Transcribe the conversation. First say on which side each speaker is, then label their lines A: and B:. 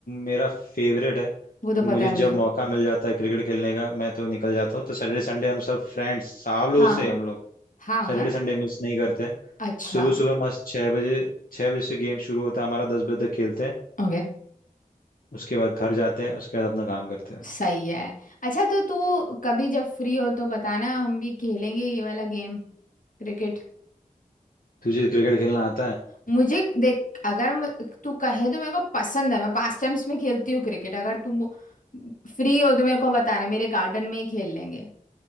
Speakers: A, on the left; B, on the left.
A: मेरा फेवरेट है
B: वो तो
A: तो मुझे
B: पता है
A: जब
B: मुझे
A: मौका मिल जाता है क्रिकेट खेलने का मैं तो निकल जाता हूँ तो सैटरडे संडे हम सब फ्रेंड्स सालों
B: हाँ
A: से हम लोग
B: हाँ
A: सैटरडे संडे मिस नहीं करते हैं
B: अच्छा
A: सुबह सुबह मस्त छः बजे छः बजे से गेम शुरू होता है हमारा दस बजे तक खेलते हैं
B: ओके
A: उसके बाद घर जाते हैं उसके बाद अपना काम करते हैं
B: सही है अच्छा तो तू कभी जब फ्री हो तो बताना हम भी खेलेंगे ये वाला गेम क्रिकेट
A: तुझे क्रिकेट खेलना आता है
B: मुझे देख अगर मु- तू कहे तो मेरे को पसंद है मैं पास टाइम्स में खेलती हूँ क्रिकेट अगर तुम फ्री हो तो मेरे को बताना मेरे गार्डन में ही खेल लेंगे